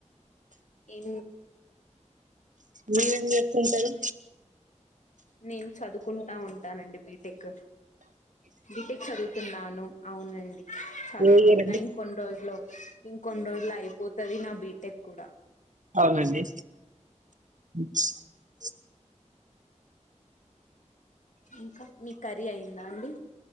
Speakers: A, on the left (about 75°); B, on the right (about 85°).
A: ఇం
B: మీరు ఏం చేస్తూంటరు.
A: నేను చదువుకుంటా ఉంటానండి. బి. టెక్ బీటెక్ చదువుతున్నాను. అవునండి. చదువుకుంటున్నా
B: ఏ ఇయర్ అండి
A: ఇంకొన్ని రోజులు ఇంకొన్ని రోజులు అయిపోతు తది నా బీటెక్ కూడా
B: అవునండి. అ
A: ఇంకా మీ కర్రీ అయిందా అండి.